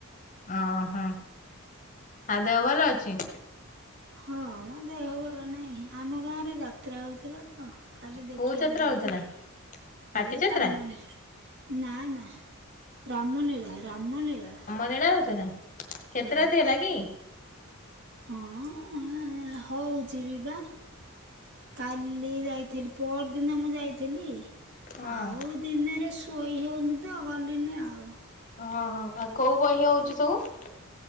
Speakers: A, on the left; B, on the right.
A: ଓଁହୋ, ଆଉ ଦେହ ଭଲ ଅଛି?
B: ହଁ ମ ଦେହ ଭଲ ନହିଁ। ଆମ ଗାଁରେ ଯାତ୍ରା ହଉଥିଲା ତ। କାଲି ଦେଖିବାକୁ
A: କୋଉ ଯାତ୍ରା
B: ଯାଇଥିଲି,
A: ହଉଥିଲା?
B: ହେ
A: ପାଟି ଯାତ୍ରା
B: ରାମନ ନା ନା ରାମନୀଳା, ରାମନୀଳା।
A: ମେଳା ହଉଥିଲା? କେତେ
B: ହଁ
A: ରାତି ହେଲା କି?
B: ହଁ ହଉଛିି ବି ବା କାଲି ଯାଇଥିଲି ପହରଦିନ ମୁଁ ଯାଇଥିଲି
A: ହଁ।
B: ଆଉ ଦିନେରେ ଶୋଇ ହଉନି ତ ଗଲିନି ଆଉ।
A: ଓହଁ ଆଉ କୋଉ ବହି ହଉଛି ସବୁ?